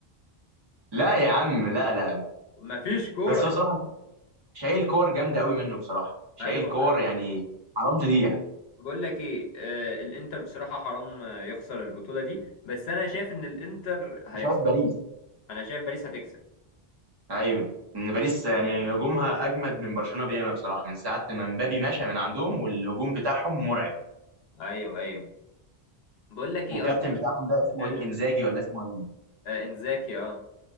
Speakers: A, on the right (about 25°); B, on the left (about 75°).
A: لا يا عم لا لا
B: مفيش كوره
A: بس هو بصراحه شايل كور جامده قوي منه بصراحه شايل
B: ايوه
A: كور
B: لا لا
A: يعني حرام تضيع
B: بقول لك ايه آه الانتر بصراحه حرام آه، يخسر البطوله دي بس انا شايف ان الانتر هيخسر
A: أنت شايف باريس
B: انا شايف باريس هتكسب
A: ايوه ان باريس يعني هجومها اجمد من برشلونه بياما بصراحه من ساعه ما مبابي مشى من عندهم والهجوم بتاعهم مرعب
B: ايوه ايوه بقول لك ايه
A: والكابتن
B: اصلا
A: بتاعهم ده اسمه
B: آه
A: ايه
B: آه
A: انزاجي ولا اسمه ايه
B: آه، انزاكي اه